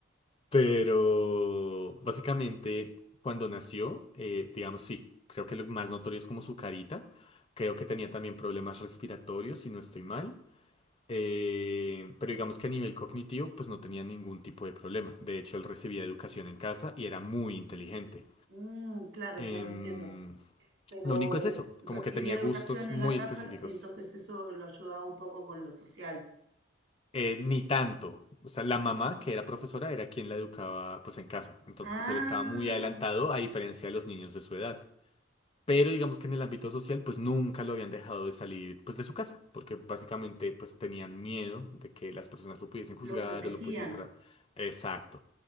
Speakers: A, on the left; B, on the right.
A: Pero básicamente cuando nació, eh, digamos, sí, creo que lo más notorio es como su carita. Creo que tenía también problemas respiratorios, si no estoy mal. Eh, pero digamos que a nivel cognitivo, pues no tenía ningún tipo de problema. De hecho, él recibía educación en casa y era muy inteligente.
B: Mm, claro,
A: Em,
B: claro, entiendo. Pero
A: lo único es
B: eh,
A: eso,
B: recibía
A: como que tenía
B: educación
A: gustos
B: en
A: muy
B: la casa,
A: específicos.
B: entonces eso lo ayudaba un poco con lo social.
A: Eh, ni tanto. O sea, la mamá, que era profesora, era quien la educaba pues en casa. Entonces
B: Ah,
A: él estaba muy adelantado a diferencia de los niños de su edad. Pero digamos que en el ámbito social pues nunca lo habían dejado de salir pues de su casa, porque básicamente pues tenían miedo de que las personas lo pudiesen juzgar
B: lo protegían.
A: o lo pudiesen entrar. Exacto.